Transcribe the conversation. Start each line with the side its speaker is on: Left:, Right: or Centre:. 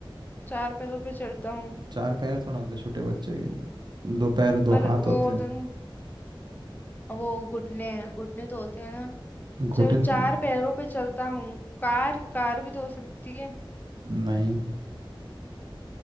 Left: चार पैरों पे चलता हूँ
Right: चार पैर थोड़ा होते छोटे बच्चे के दो पैर दो
Left: पर
Right: हाथ
Left: वो
Right: होते
Left: होता
Right: हैं।
Left: है ना वो घुटने घुटने तो होते हैं ना
Right: घुटन
Left: चलो चार पैरों पे चलता हूँ कार कार भी तो हो सकती है
Right: नहीं